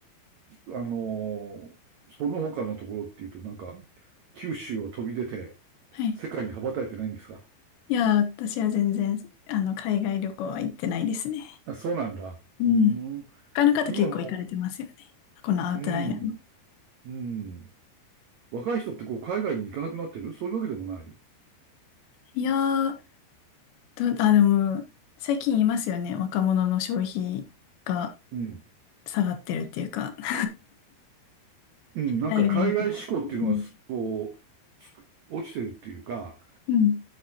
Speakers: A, on the right; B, on the left.
A: あのーその他のところっていうとなんか、九州を飛び出て、
B: はい。
A: 世界に羽ばたいてないんですか
B: いやー、私は全然、あの、海外旅行は行ってないですね。
A: あ、そうなんだ。
B: うん。
A: うーん。
B: 他の方結構行かれてますよね。
A: 今も
B: このアウトライナーの。
A: う、うん、うん。若い人ってこう海外に行かなくなってるそういうわけでもない
B: いやー、ど、あ、でも、最近言いますよね。若者の消費が
A: うん。
B: 下がってるっていうか <laughs>
A: うん、なんか海外志向っていうのはす、
B: 海外旅行。うん。
A: こう、す落ちてるっていうか、
B: うん。